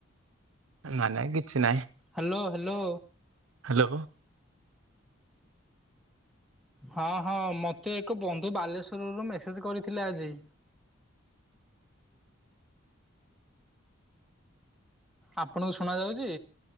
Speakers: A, on the right; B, in the centre.
A: ନାଇଁ ନାଇଁ କିଛି ନାଇଁ?
B: Hello hello.
A: ହ୍ୟାଲୋ।
B: ହଁ ହଁ ମତେ ଏକ ବନ୍ଧୁ ବାଲେଶ୍ଵର ରୁ ମେସେଜ କରିଥିଲେ ଆଜି। ଆପଣଙ୍କୁ ଶୁଣା ଯାଉଛି?